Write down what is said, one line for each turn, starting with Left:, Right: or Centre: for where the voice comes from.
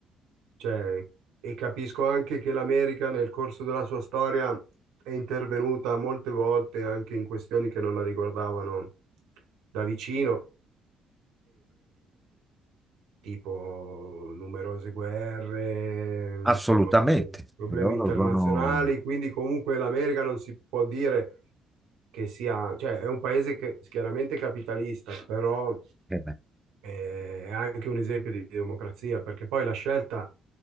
Right: cioè, e capisco anche che l'America nel corso della sua storia è intervenuta molte volte anche in questioni che non la riguardavano da vicino tipo numerose guerre,
Centre: assolutamente.
Right: insomma, prob- problemi
Centre: Loro
Right: internazionali,
Centre: sono
Right: quindi comunque l'America non si può dire che sia, cioè è un paese che chiaramente è capitalista, però
Centre: eh beh,
Right: eh, è anche un esempio di di democrazia, perché poi la scelta,